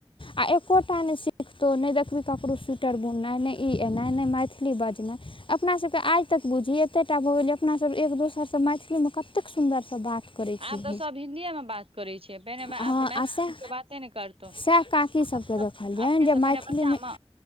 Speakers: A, on the left; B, on the right.
A: आ एक्कोटा नहि सि। तो नहि देखबही ककरो स्वीटर बुननाइ, नहि ई एनाइ नहि मैथिली बजनाइ अपनासभके आइ तक। बुझही एत्ते टा भऽ गेलियै, अपनासब एक दोसरसँ मैथिलीमे कत्तेक सुन्दरसँ बात। करै छी
B: आब तऽ सभ हिन्दीएमें बात करै छै, पहिने मै
A: हँ
B: आब तऽ
A: आओर
B: मैथिली
A: सएह
B: में कोइ बाते नै करतौ।
A: सएह काकी
B: आब
A: सबके
B: सब
A: देखलिअनि
B: अपनेसब
A: जे मैथिलीमे
B: पहिने बच्चामें।